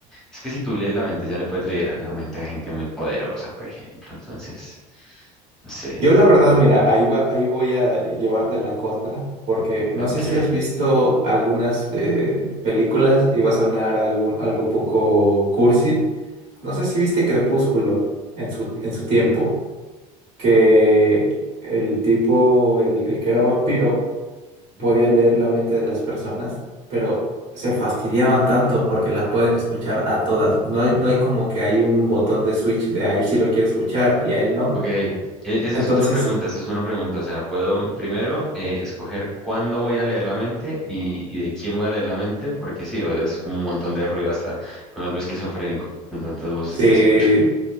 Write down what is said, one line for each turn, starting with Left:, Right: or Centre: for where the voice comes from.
Centre: Es que si tú lees la mente, ya le puedes leer a la mente a gente muy poderosa, por ejemplo. Entonces, no sé.
Right: Yo la verdad,
Centre: como-
Right: mira, ahí va, ahí voy a llevarte la contra, porque no
Centre: Ok.
Right: sé si has visto algunas eh, películas, iba a sonar algún, algo poco cursi. No sé si viste Crepúsculo en su, en su tiempo. que el tipo, el, el que era vampiro,
Centre: Ujú.
Right: podía leer la mente de las personas, pero se fastidiaban tanto porque la pueden escuchar a todas. No hay, no hay como que hay un botón de switch de a él sí lo quiere escuchar y a él no.
Centre: Ok. E- esa
Right: Entonces,
Centre: es otra pregunta. Esa es una pregunta. O sea, puedo primero eh, escoger cuándo voy a leer la mente y, y de quién voy a leer la mente, porque sí, o- es un montón de ruido hasta con algo esquizofrénico. de Tantas voces
Right: sí,
Centre: que escucho.